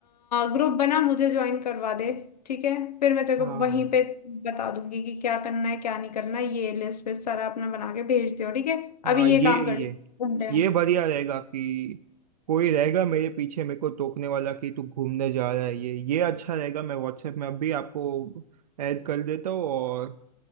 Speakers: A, on the left; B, on the right.
A: ग्रुप बना मुझे ज्वाइन करवा दे ठीक है फिर मैं तेरे
B: हाँ
A: को वहीं पे बता दूंगी कि क्या करना है क्या नहीं करना है ये लिस्ट पे सारा अपना बना के भेज दियो ठीक है
B: हाँ
A: अभी
B: ये
A: ये काम
B: ये
A: कर ली घंटे
B: ये
A: में
B: बढ़िया रहेगा कि कोई रहेगा मेरे पीछे मेरे को टोकने वाला कि तू घूमने जा रहा है ये ये अच्छा रहेगा मैं व्हाट्सएप में अभी आपको ऐड कर देता हूँ और